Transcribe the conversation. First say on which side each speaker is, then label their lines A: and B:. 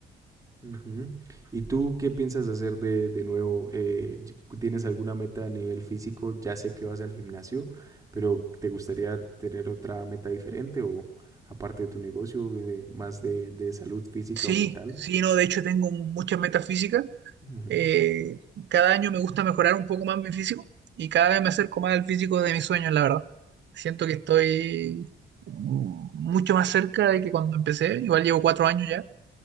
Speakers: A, on the right (about 15°); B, on the right (about 65°).
A: Ujú. ¿Y tú qué piensas hacer de, de nuevo? Eh, y- ¿tienes alguna meta a nivel físico? Ya sé que vas al gimnasio, pero ¿te gustaría tener otra meta diferente o aparte de tu negocio, eh, más de, de salud física
B: Sí,
A: o mental?
B: sí, no, de hecho tengo muchas metas físicas.
A: Ujú.
B: Eh, cada año me gusta mejorar un poco más mi físico y cada vez me acerco más al físico de mis sueños, la verdad. Siento que estoy mm, mucho más cerca de que cuando empecé, igual llevo cuatro años ya,